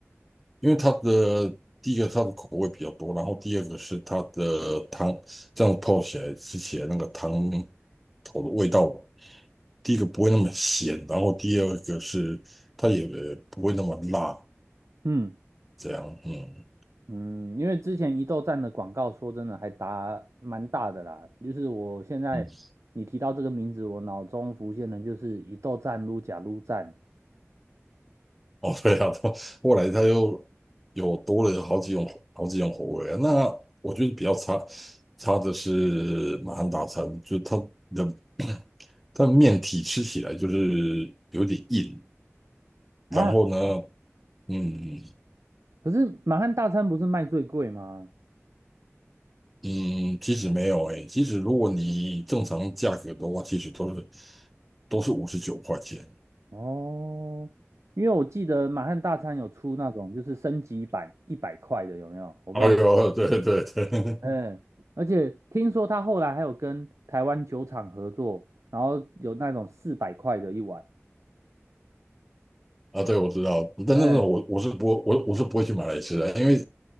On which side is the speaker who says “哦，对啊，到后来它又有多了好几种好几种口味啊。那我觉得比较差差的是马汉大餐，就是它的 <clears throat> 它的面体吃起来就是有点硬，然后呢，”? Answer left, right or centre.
Centre